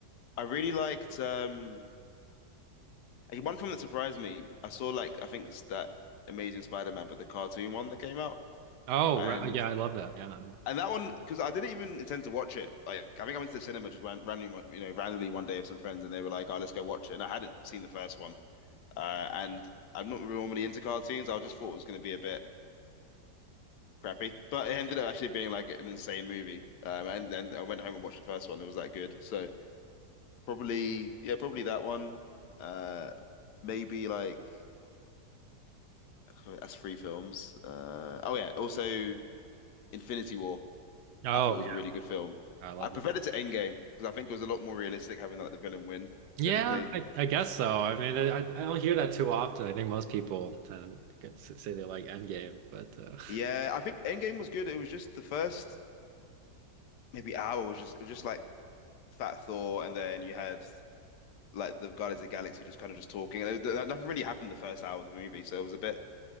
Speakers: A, on the left; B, on the right.
A: I really liked um like, one film that surprised me. I saw like I think it's that Amazing Spider-Man, but the cartoon one that came out.
B: Oh,
A: And
B: right. Yeah, I love that. Yeah. I love-
A: And that one, because I didn't even intend to watch it. Like, I think I went to the cinema just went randomly, you know, randomly one day with some friends, and they were like, "Oh, let's go watch it." And I hadn't seen the first one, uh, and I'm not really normally into cartoons. I just thought it was going to be a bit crappy, but it ended up actually being like an insane movie. Um, and then I went home and watched the first one. It was that good. So probably, yeah, probably that one. Uh, maybe like <sighs> that's three films. Uh, oh yeah, also Infinity War.
B: Oh
A: I thought it was
B: yeah,
A: a really good film.
B: I love
A: I preferred
B: that.
A: it to Endgame because I think it was a lot more realistic having like the villain win Mm.
B: Yeah,
A: technically.
B: I, I guess so. I mean, I, I don't hear that too often. I think most people tend to get- say they like Endgame, but uh,
A: Yeah, I think Endgame was good. It was just the first maybe hour was just it was just like Fat Thor, and then you had like the Guardians of the Galaxy just kind of just talking. And it- nothing really happened the first hour of the movie, so it was a bit.